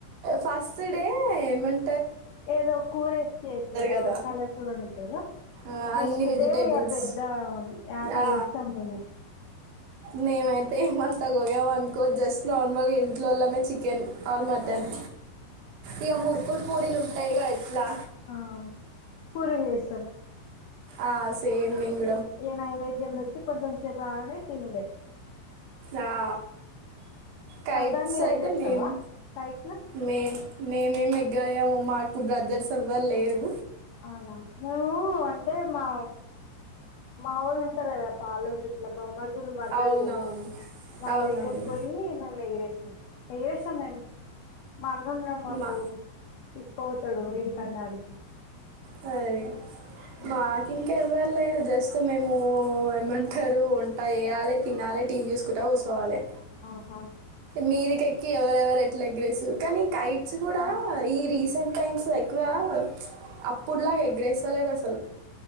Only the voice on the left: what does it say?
ఏదో కూర వేసి చేస్తారా
కళకూర వండుతారు
నెక్స్ట్
డే ఆ పెద్ద ఆట
వస్తాం మేము
ఆ
ఆ పూరీలు చేస్తం
ఏ నైవేద్యం పెట్టి కొంచెం సేపు రాగానే తిందే
పతంగులు
ఎగిరేచ్చావా
కైట్స్
అవునా మేవు అంటే మా మావొళ్ళు ఉంటారు కదా పాలొల్లు ఇట్లా బొమ్మర్ రులు మరదళ్ళు
వాళ్ళ
దగ్గర పోయి మేము ఎగిరేస్తాం ఏడుస్స మ్యాన్ మా అన్నున్డాడు మాకు
తీసుకోపోతాడు ఏడికంటే ఆడికి
ఉమ్,
ఆహా
ఉమ్.